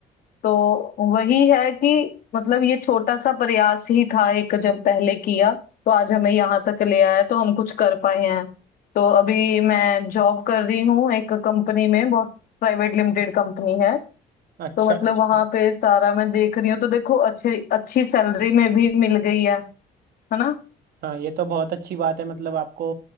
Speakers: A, on the left (about 60°); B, on the right (about 65°).
A: तो वही है कि मतलब ये छोटा सा प्रयास ही था एक जब पहले किया तो आज हमें यहाँ तक ले आया तो हम कुछ कर पाए हैं तो अभी मैं जॉब कर रही हूँ एक कंपनी में बहुत प्राइवेट लिमिटेड कंपनी है
B: अच्छा
A: तो मतलब
B: अच्छा
A: वहां पे सारा मैं देख रही हूँ तो देखो अच्छी अच्छी सैलरी में भी मिल गई है है ना
B: हाँ ये तो बहुत अच्छी बात है मतलब आपको